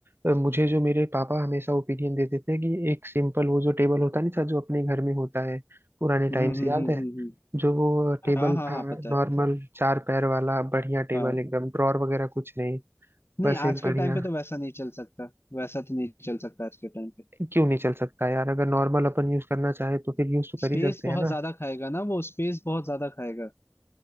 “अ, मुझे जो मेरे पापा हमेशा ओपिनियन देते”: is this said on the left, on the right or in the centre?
Right